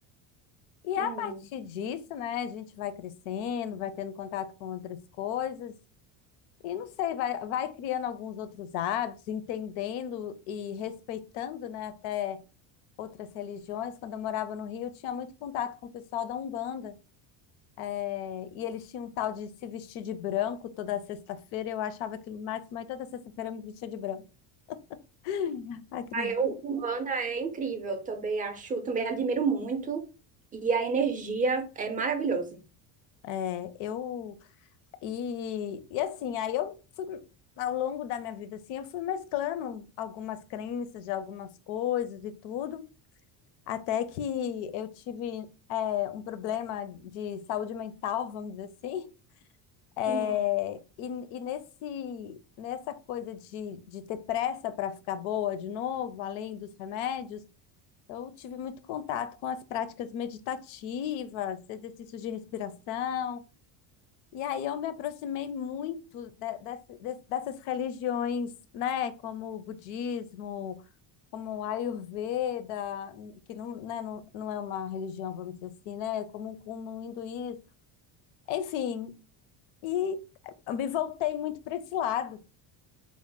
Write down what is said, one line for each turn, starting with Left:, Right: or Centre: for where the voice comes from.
Left: E
Right: Hum.
Left: a partir disso, né, a gente vai crescendo, vai tendo contato com outras coisas, e não sei, vai, vai criando alguns outros hábitos, entendendo e respeitando, né, até outras religiões. Quando eu morava no Rio, eu tinha muito contato com o pessoal da Umbanda. eh, e eles tinham um tal de se vestir de branco toda sexta-feira. Eu achava aquilo mais mas toda sexta-feira eu me vestia de branco. <laughs> Acredito.
Right: Aí, o Umbanda é incrível, também acho, também admiro muito. E a energia é maravilhosa.
Left: É, eu e, e assim, aí eu fui ao longo da minha vida assim, eu fui mesclando algumas crenças de algumas coisas e tudo, até que eu tive é, um problema de saúde mental, vamos dizer assim, É,
Right: Hum,
Left: e, e nesse, nessa coisa de, de ter pressa para ficar boa de novo, além dos remédios, eu tive muito contato com as práticas meditativas, exercícios de respiração, e aí eu me aproximei muito de- dessa- de- dessas religiões, né, como o budismo, como o Ayurveda, que não, né, não, não é uma religião, vamos dizer assim, né, como, como o hinduísmo, enfim. E eu me voltei muito para esse lado.